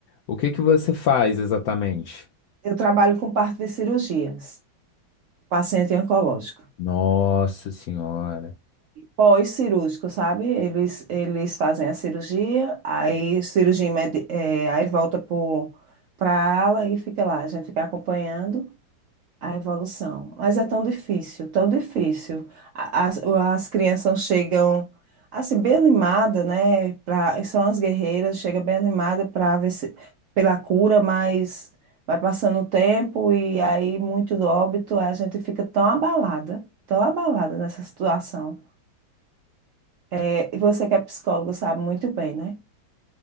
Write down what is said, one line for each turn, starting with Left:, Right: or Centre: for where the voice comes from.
Left: o que que você faz exatamente?
Right: Eu trabalho com parte de cirurgias, paciente oncológico.
Left: Nossa Senhora.
Right: Pós-cirúrgico, sabe? Eles, eles fazem a cirurgia, aí cirurgia, imedi- eh, aí volta para a ala e fica lá, a gente fica acompanhando. A evolução. Mas é tão difícil, tão difícil. A- As, as crianças chegam assim, bem animada, né? Pra, são as guerreiras, chega bem animada para ver se, pela cura, mas vai passando o tempo e aí muito óbito, a gente fica tão abalada, tão abalada nessa situação. É, e você que é psicólogo sabe muito bem, né?